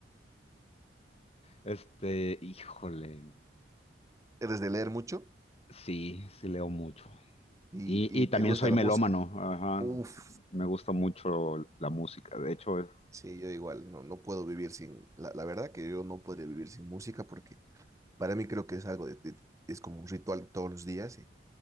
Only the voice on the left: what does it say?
Este, híjole.
Sí, sí leo mucho.
Y,
y
también
soy
melómano,
ajá.
Me gusta mucho la música, de hecho, es-